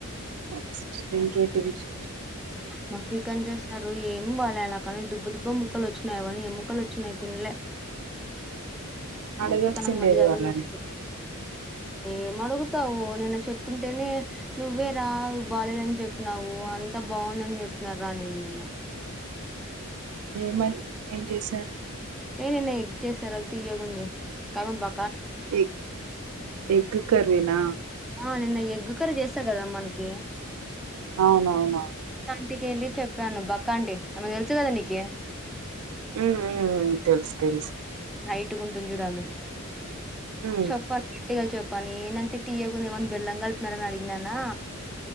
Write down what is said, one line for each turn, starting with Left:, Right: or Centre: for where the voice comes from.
Right: థాంక్స్ ఇంకేంటి విశేష
Centre: మాకు చికెన్ చేసినారు ఏమి బాలేలా కానీ దుబ్బ దుబ్బ ముక్కలు వచ్చినయి కానీ ఏ ముక్కలు వచ్చినయి తినలే
Right: అడగాల్సిండేది
Centre: మట్టసనంగా మజ్జిగ
Right: వాళ్ళని
Centre: తాగేసి వస్తున్న ఏమడుగుతావు నిన్న చెప్తుంటనే నువ్వే రావు బాలేదని చెప్పినావు అన్ అంత బాగుందని చెప్తున్నారు రా నిన్న
Right: ఏమని నిన్నేం చేశారు
Centre: ఏ నిన్న ఎగ్ చేసార అది తీయ్యగుంది కావ బ్
Right: ఎగ్ ఎగ్ కర్రీ నా
Centre: ఆ నిన్న ఎగ్ కర్రీ చేసారు కదా మనకీ
Right: అవునవునవును
Centre: ఇంటికి వెళ్ళి చెప్పాను బక్క అంటీ ఆమె తెలుసు కదా నీకీ
Right: ఉమ్ ఉమ్ తెలుసు తెలుసు
Centre: నైట్ గుంటుంది చూడు ఆమె
Right: ఉమ్
Centre: చెప్పాలి గట్టిగా చెప్పాను ఏంది ఆంటీ తీయ్యగుంది ఏమన్న బెల్లం కలిపినారని అడిగినానా